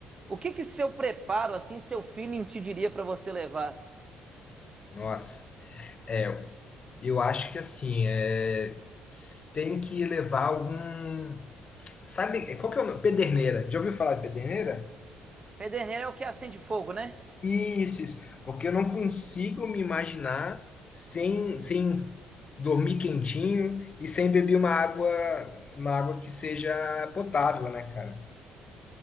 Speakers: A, on the right; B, on the left.
A: O que que seu preparo, assim, seu feeling te diria para você levar?
B: Nossa, é, eu acho que assim, é, tem que levar algum. Sabe, qual que é o nome? Pederneira. Já ouviu falar de pederneira?
A: Pederneira é o que acende fogo, né?
B: Isso, isso. Porque eu não consigo me imaginar sem, sem dormir quentinho e sem beber uma água, uma água que seja potável, né, cara?